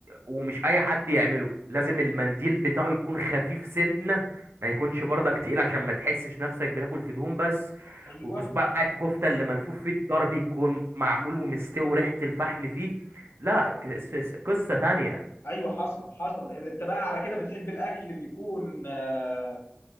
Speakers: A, on the right (about 80°); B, on the left (about 80°).
A: ومش اي حد يعمله لازم المنديل بتاعه يكون خفيف سنة ما يكونش برضك تقيل عشان ما تحسش نفسك بتاكل في دهون بس
B: ايوه
A: وصباع الكفتة اللي ملفوف فيه الطرب يكون معمول ومستوي ريحة الفحم فيه لا ك- س- قصة تانية
B: ايوه حصل حصل انت بقى على كده بتحب الاكل اللي بيكون آه،